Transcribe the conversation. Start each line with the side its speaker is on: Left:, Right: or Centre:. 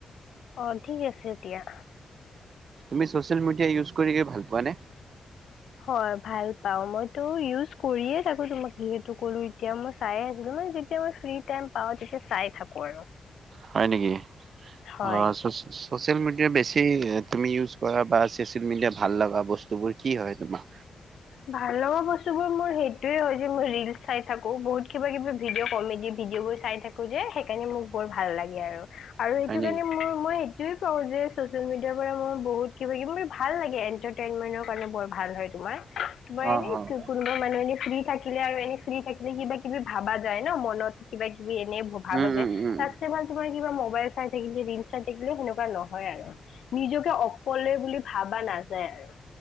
Left: অ ঠিক আছে দিয়া
Right: তুমি চচিয়েল মিডিয়া ইউজ কৰি ভাল পোৱা নে?
Left: হয় ভাল পাও, মইতো ইউজ কৰিয়ে থাকো তোমাক যিহেতু কলো এতিয়া মই চাইে আছিলো মানে যেতিয়া মই ফ্ৰী টাইম পাওঁ তেতিয়া চাই থাকো আৰু
Right: হয় নেকি
Left: হয়
Right: অ ছ'চিয়েল মিডিয়া বেছি তুমি ইউজ কৰা বা ছ'চিয়েল মিডিয়া ভাল লগা বস্তুবোৰ কি হয় তোমাৰ?
Left: ভাল লগা বস্তুবোৰ মোৰ সেইটোয়ে হয় যে মই ৰিলচ চাই থাকো বহুত কিবা কিবি ভিডিঅ' কমেডি ভিডিঅ' বোৰ চাই থাকো যে সেইকাৰণে মোক বৰ ভাল লাগে আৰু, আৰু সেইটো
Right: হয় নেকি
Left: কাৰণে মোৰ মই এইটোয়ে কওঁ যে চচিয়েল মিডিয়াৰ পৰা মই বহুত কিবা কিবি মানে ভাল লাগে এটাৰটেইনমেন্টৰ কাৰণে বৰ ভাল হয় তোমাৰ তোমাৰ
Right: অ',
Left: এনেই
Right: অ',
Left: কোনোবা মানুহ এনে ফ্ৰী থাকিলে আৰু এনে ফ্ৰী থাকিলে কিবা কিবি ভাবা যায় ন মনত কিবা কিবি এনেই ভাবো
Right: উম,
Left: যে
Right: উম, উম,
Left: তাতছে ভাল তোমাৰ কিবা ম মোবাইল চাই থাকিলে ৰিল চাই থাকিলে সেনেকুৱা নহয় আৰু, নিজকে অকলে বুলি ভাবা নাযায় আৰু